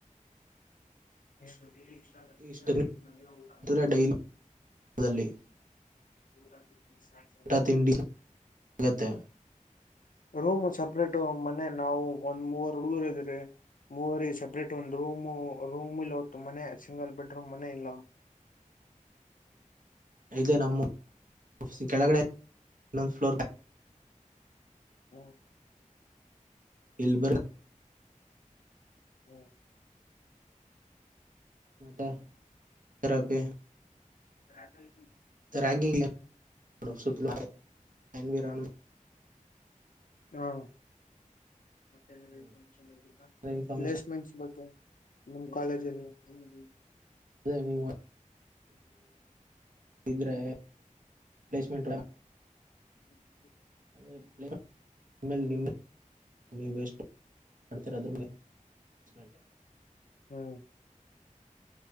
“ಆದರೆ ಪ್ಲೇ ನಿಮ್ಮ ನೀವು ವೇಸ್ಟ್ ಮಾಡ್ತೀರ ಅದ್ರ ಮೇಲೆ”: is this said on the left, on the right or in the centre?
Right